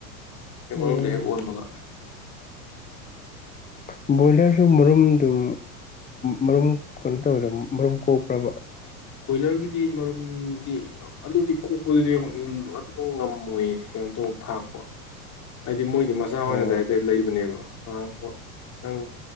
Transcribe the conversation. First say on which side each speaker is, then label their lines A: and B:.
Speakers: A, on the left (about 40°); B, on the left (about 20°).
A: ꯍꯦꯛ
B: ꯎꯝ
A: ꯋꯥꯔꯝꯗ ꯍꯦꯛ ꯑꯣꯟꯕꯒ
B: ꯎꯝ ꯕꯣꯏꯂꯔꯁꯨ
A: ꯑꯗꯩ
B: ꯃꯔꯨꯝ ꯑꯗꯨꯝ ꯃꯔꯨꯝ ꯀꯩꯅꯣ ꯇꯧꯋꯦꯗ ꯃꯔꯨꯝ ꯀꯣꯛꯄ꯭ꯔꯕ
A: ꯕꯣꯏꯂꯔꯒꯤꯗꯤ ꯃꯔꯨꯝꯗꯤ ꯑꯗꯨꯗꯤ ꯀꯣꯛꯄꯗꯨꯗꯤ ꯑꯗꯨꯃꯛ ꯉꯝꯃꯣꯏ ꯀꯩꯅꯣ ꯇ ꯊꯥꯛꯄ ꯍꯥꯏꯗꯤ ꯃꯣꯏꯗꯤ ꯃꯆꯥ ꯑꯣꯏꯅ
B: ꯑꯣ
A: ꯗꯥꯏꯦꯛ ꯂꯩꯕꯅꯦꯕ ꯑ ꯅꯪ